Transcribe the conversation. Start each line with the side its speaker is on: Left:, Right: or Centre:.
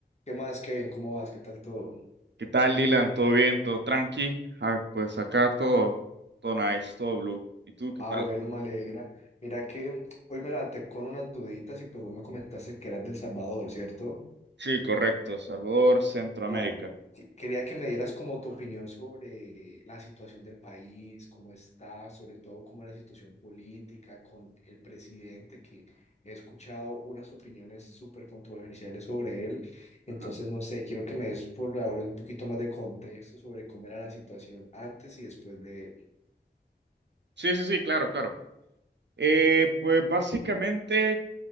Left: ¿Qué más, Kevin? ¿Cómo vas? ¿Qué tal todo?
Right: ¿Qué tal, Dylan? ¿Todo bien? ¿Todo tranqui? Ah, pues acá todo, todo nice, todo blue. ¿Y tú qué
Left: Ah,
Right: tal?
Left: bueno, me alegra. Mira que hoy me levanté con unas duditas y pues vos me comentaste que eras del Salvador, ¿cierto?
Right: Sí, correcto. Salvador, Centroamérica.
Left: Claro. que- quería que me dieras como tu opinión sobre la situación del país, cómo está, sobre todo como la situación política con el presidente, que he escuchado unas opiniones súper controversiales sobre él. Entonces,
Right: Ajá.
Left: no sé, quiero que me des por ahora un poquito más de contexto sobre cómo era la situación antes y después de él.
Right: Sí, sí, sí, claro, claro. Eh, pues básicamente